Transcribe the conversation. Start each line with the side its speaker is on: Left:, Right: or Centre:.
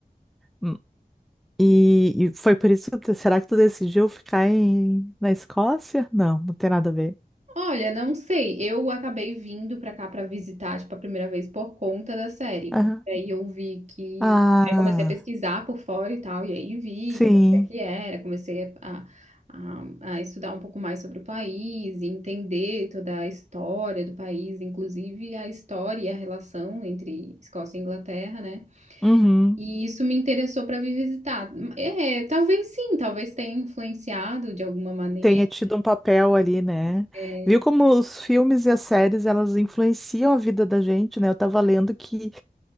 Centre: hum. e, e foi por isso, que- será que tu decidiu ficar em, na Escócia? Não, não tem nada a ver.
Right: Olha, não sei. Eu acabei vindo pra cá pra visitar, tipo, a primeira vez por conta da série, porque
Centre: Aham.
Right: aí eu vi que
Centre: Ah,
Right: aí comecei a pesquisar por fora e tal, e aí vi
Centre: sim,
Right: que o que era, comecei a, a, a estudar um pouco mais sobre o país, e entender toda a história do país, inclusive a história e a relação entre Escócia e Inglaterra, né?
Centre: Uhum.
Right: E isso me interessou pra vir visitar. É, talvez sim, talvez tenha influenciado de alguma maneira.
Centre: tenha tido um papel ali, né?
Right: é,
Centre: Viu como os filmes e as séries, elas influenciam a vida da gente, né? Eu tava lendo que